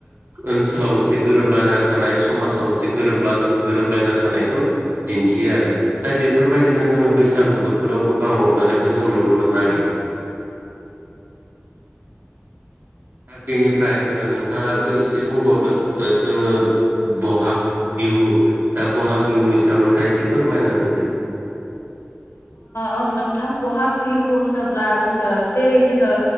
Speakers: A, on the right (about 65°); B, on the left (about 80°).
A: ओनसोलाव मोनसे गोरोबलाना थानाय समाजाव मोनसे गोरोबला गोरोब गोरोबलायना थानायखौ दिन्थियो आरो दा बेफोरबायदिनो जोङो बैसागु बोथोराव गोबां रंजानाय जों नुनो मोनो आरो दा बेनिफ्राय नोंथाङाबो एसे बुंबावदो जोङो बहाग बिहु दा बहाग बिहुनि सायाव नोंथाङा एसे फोरमायनानै होदों
B: औ नोंथां बहाग बिहु होनोब्ला जोङो जेरै जोङो